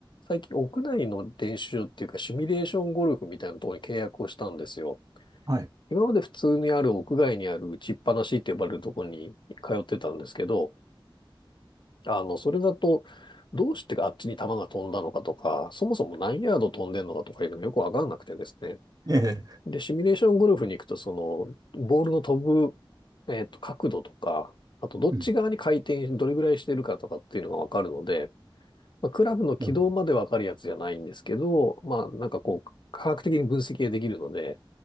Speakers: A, on the left; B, on the right.
A: 最近屋内の練習っていうか、シミュレーションゴルフみたいなところに契約をしたんですよ。
B: はい。
A: 今まで普通にある屋外にある打ちっぱなしって呼ばれるところに通ってたんですけど、あの、それだと、どうしてあっちに球が飛んだのかとか、そもそも何ヤード飛んでんのかとかいうのがよくわかんなくてですね。
B: ええ。
A: で、シミュレーションゴルフに行くと、その、ボールの飛ぶ、えっと、角度とか、あと、どっち側に回転、
B: うん。
A: どれぐらいしてるかとかっていうのがわかるので、まあ、クラブの軌道までわかるやつじゃないんですけど、
B: なるほど。
A: まあ、なんかこう、科学的に分析ができるので、